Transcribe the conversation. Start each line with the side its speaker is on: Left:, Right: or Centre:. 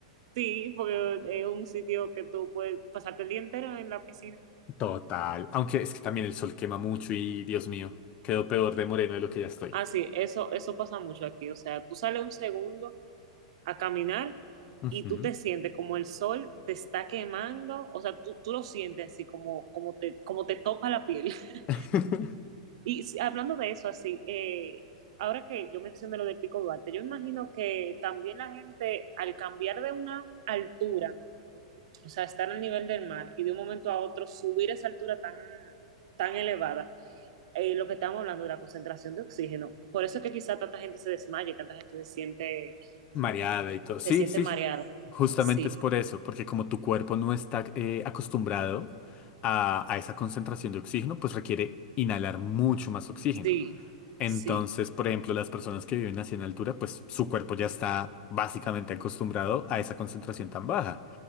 Right: Sí, porque es un sitio que tú puedes pasarte el día entero en la piscina.
Left: Total. Aunque es que también el sol quema mucho y, Dios mío, quedo peor de moreno de lo que ya estoy.
Right: Ah, sí, eso, eso pasa mucho aquí. O sea, tú sales un segundo a caminar
Left: Ujú.
Right: y tú te sientes como el sol te está quemando, o sea, tú, tú lo sientes así como, como, te, como te topa la piel. <laughs>
Left: <laughs>
Right: Y si- hablando de eso, así, eh, ahora que yo mencioné lo del Pico Duarte, yo imagino que también la gente al cambiar de una altura, o sea, estar al nivel del mar y de un momento a otro subir esa altura tan, tan elevada, eh, lo que estamos hablando de la concentración de oxígeno, por eso es que quizá tanta gente se desmaye, tanta gente se siente,
Left: Mareada y todo. Sí,
Right: se siente
Left: sí,
Right: mareada.
Left: justamente
Right: Sí.
Left: es por eso, porque como tu cuerpo no está eh, acostumbrado a, a esa concentración de oxígeno, pues requiere inhalar mucho más oxígeno.
Right: Sí,
Left: Entonces,
Right: sí,
Left: por ejemplo, las personas que viven así en altura, pues su cuerpo ya está básicamente acostumbrado a esa concentración tan baja.